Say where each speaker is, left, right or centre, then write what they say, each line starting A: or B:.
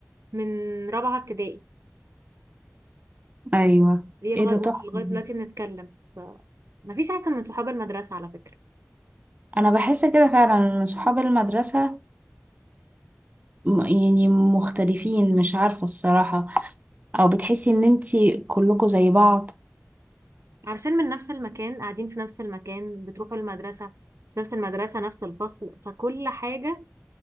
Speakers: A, on the right (about 80°); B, on the right (about 35°).
A: من رابعه ابتدائي
B: ايوه
A: دي لغايه
B: ايه ده
A: لغايه
B: تحفة دي.
A: دلوقتي بنتكلم فمفيش احسن من صحاب المدرسه على فكره
B: أنا بحس كده فعلا إن صحاب المدرسة م- يعني مختلفين مش عارفة الصراحة أو بتحسي إن انتي كلكوا زي بعض
A: علشان من نفس المكان قاعدين في نفس المكان بتروحوا المدرسه نفس المدرسه نفس الفصل فكل حاجه